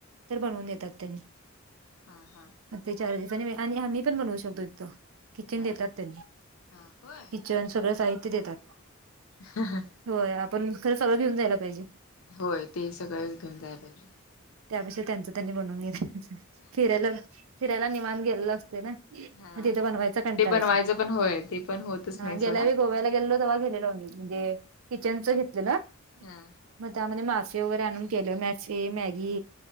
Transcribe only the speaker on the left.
हां हां.
हा
हा
हा होय
हां हां.
होय, ते सगळंच घेऊन जायला पाहिजे.
हा
ते बनवायचं
पण होय ते पण होतच नाही
सोडा
हा